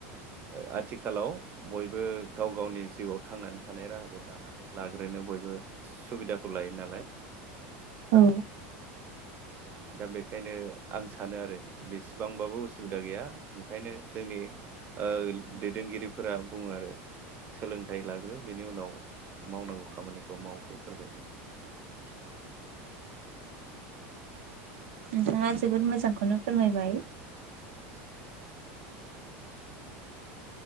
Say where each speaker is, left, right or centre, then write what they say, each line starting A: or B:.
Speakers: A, on the right (about 30°); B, on the right (about 85°).
A: ओ आथिखालाव बयबो गाव गावनि जिउआव थांनानै थानाय राहाखौ दानानै लाग्रो ओरैनो बयबो सुबिदाखौ लायो नालाय
B: औ
A: दा बेखायनो आं सानो आरो बेसेबांबाबो उसुबिदा गैया ओंखायनो जोंनि ओ दैदेनगिरिफोरा बुङो आरो सोलोंथाइ लाग्रो बेनि उनाव मावनांगौ खामानिखौ माव बेफोरबायदि।
B: नोंथांङा जोबोद मोजांखौनो फोरमायबाय।